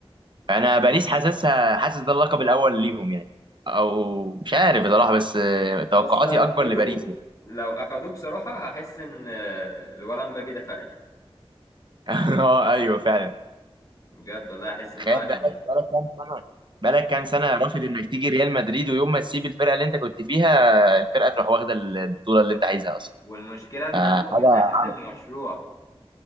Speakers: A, on the right (about 50°); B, on the left (about 35°).
A: انا باريس حاسسها حاسس ده اللقب الاول ليهم يعني او مش عارف بصراحه بس آه، توقعاتي
B: بس لو
A: اكبر
B: اخدوه
A: لباريس يعني
B: لو اخدوه بصراحه هحس ان آه، الولد مبابي ده فقري
A: <laughs> اه ايوه فعلا
B: بجد والله احس ان
A: تخيل
B: هو يعني
A: بقالك بقالك كام سنه بقالك كام سنه رافض انك تيجي ريال مدريد ويوم ما تسيب الفرقه اللي انت كنت فيها الفرقه تروح واخده البطوله اللي انت عايزها اصلا
B: والمشكله ان هو
A: حاجه
B: كان اساس المشروع